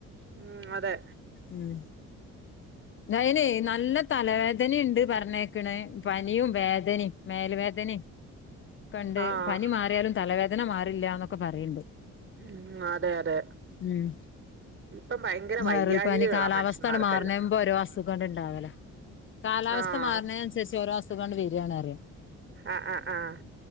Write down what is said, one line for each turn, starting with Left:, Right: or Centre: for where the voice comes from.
Right: ഉം അതെ
Left: ഉം അൈന നല്ല തലവേദനയുണ്ട് പറഞ്ഞേക്കണ പനിയും വേദനയും മേൽ വേദനയും കണ്ട്
Right: ആഹ്
Left: പനി മാറിയാലും തലവേദന മാറില്ല എന്നൊക്കെ പറയണ്ട്
Right: ഉം അതെ അതെ
Left: ഉം
Right: ഇപ്പം ഭയങ്കര
Left: വൈറൽ
Right: വൈകാഴകകളാ
Left: പനി കാലാവസ്ഥ
Right: മനുഷ്യന്മാർക്കല്ല
Left: മാറുന്നേമ്പോ ഓരോ അസുഖണ്ട് ഇണ്ടാവല കാലാവസ്ഥ
Right: ആഹ്
Left: മാറുന്ന അനുസരിച്ച് ഓരോ അസുഖംണ്ട് വരുകണ അറിയാം
Right: ആഹ് ആഹ് ആഹ്